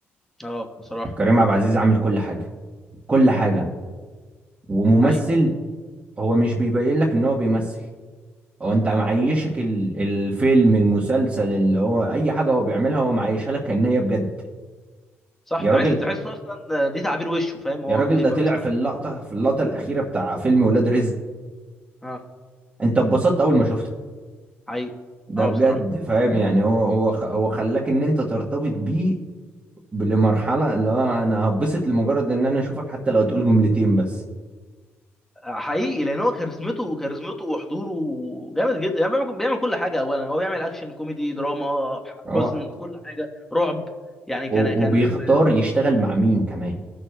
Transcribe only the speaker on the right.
كريم عبد العزيز عامل كل حاجه كل حاجه وممثل
هو مش بيبين لك ان هو بيمثل هو انت معيشك ال- الفيلم المسلسل اللي هو اي حاجه هو بيعملها هو معيشها لك كأن هي بجد
يا
راجل
يا راجل
ده
طلع
في اللقطه في اللقطه الاخيره بتاع فيلم ولاد رزق
انت اتبسطت اول ما شفته
ده
بجد
فاهم يعني هو هو خ- هو خلاك ان انت ترتبط بيه لمرحلة اللي هو انا هبسط لمجرد ان انا اشوفك حتى لو هتقول جملتين بس
وقت
و-
وبيختار
يشتغل مع مين كمان